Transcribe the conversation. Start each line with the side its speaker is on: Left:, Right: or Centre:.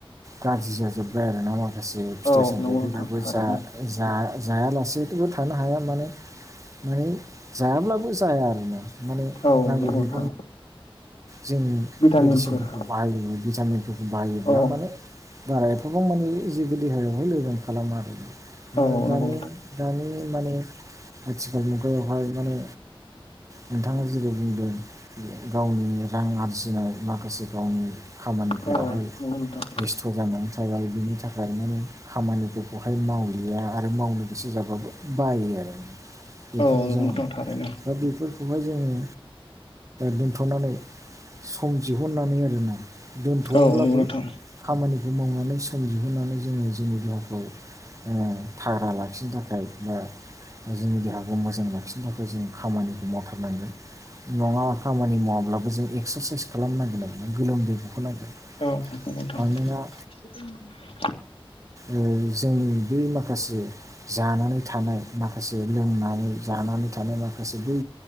Right: गाज्रि जाजोब्बाय आरोना माखासे फिथाइ
Left: औ
Right: सामथायाइफोराबो
Left: नंगौ नोंथां थारैनो
Right: जा जा जायालासेथ थानो हाया माने माने जायाब्लाबो बो जाया आरोना माने
Left: औ
Right: नांगौ
Left: नंगौ
Right: बि
Left: नोंथां
Right: जों
Left: भिटामिनफोर
Right: मेडिसिनफोरखौ बाहायो भिटामिनफोरखौ बाहायोब्ला
Left: औ
Right: माने बारा एफाबां माने जेबो देहायावहाय लोरबां खालामा आरोना दा
Left: औ
Right: दानि
Left: नंगौ
Right: दानि माने आथिखाल मुगायावहाय माने नोंथांङा जेबो बुंदों गावनि रां आरजिनाय माखासे गावनि खामानिफोरावहाय
Left: औ नंगौ नोंथां
Right: बेस्थ' जानानै थाबाय बिनि थाखाय माने खामानिफोरखौहाय मावलिया आरो मावनो गोसो जाबाबो बायो आरो बेफोरनो
Left: औ नंगौ
Right: जाउन
Left: नोंथां थारैनो
Right: दा बेफोरखौहाय जोंङो दोनथ'नानै सम दिहुननानै आरोना दोन्थ'वाब्लाबो
Left: औ नंगौ नोंथां
Right: खामानिखौ मावनानै सम दिहुननानै जोंङो जोंनि देहाखौ अ थाग्रा लाखिनो थाखाय बा जोंनि देहाखौ मोजां लाखिनो थाखाय जों खामानिखौ मावथारनांगोन नंङा खामानि मावाब्लाबो जों एक्सारसाइस खालामनांगोन आरोना गोलोमदै गहोनांगोन।
Left: औ नंगौ नोंथां।
Right: मानोना
Left: <unintelligible>
Right: ओ जोंनि बै माखासे जानानै थानाय माखासे लोंनानै जानानै थानाय माखासे बै